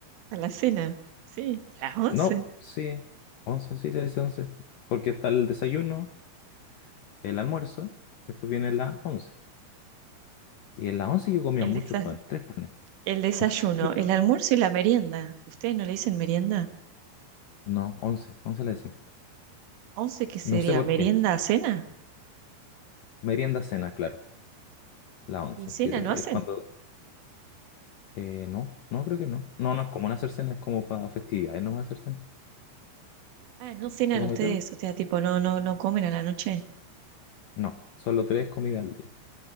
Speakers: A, on the right; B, on the left.
A: a la cena, sí, a las once
B: No, sí, once, sí se dice once. Porque está el desayuno, el almuerzo, después viene la once. Y en la once yo comía
A: El
B: mucho
A: desa-
B: pan, tres panes,
A: el desayuno,
B: tres panes.
A: el almuerzo y la merienda. ¿Ustedes no le dicen merienda?
B: No, once, once le decimos.
A: once qué sería?
B: No sé por
A: ¿Merienda
B: qué.
A: a cena?
B: Merienda cena, claro, la once,
A: ¿Y cena
B: que
A: no hacen?
B: es cuando Eh, no, no creo que no. No, no es común hacer cena, es como para festividades nomás hacer cena.
A: Ah, no cenan
B: ¿Se come
A: ustedes,
B: tres?
A: o sea, tipo, no, no, no comen a la noche.
B: No, solo tres comidas al día.